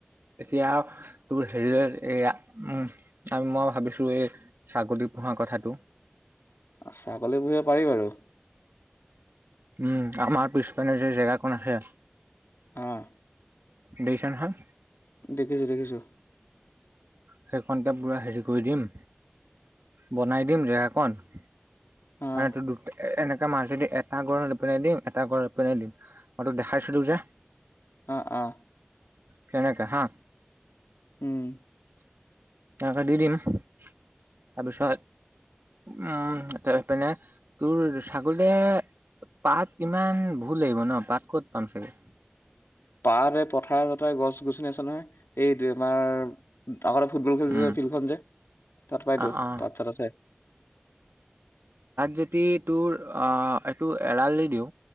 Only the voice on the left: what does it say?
ছাগল, পুহিব পাৰিম আৰু
আহ
দেখিছো দেখিছো।
আহ
অ অ
উম।
পাত এই পথাৰ চথাৰ গছ গছনি আছে নহয় এই তোমাৰ আগতে ফুটবল খেলিছে
ফিল্ডখন যে তাত পাইতো
পচ চাত আছে।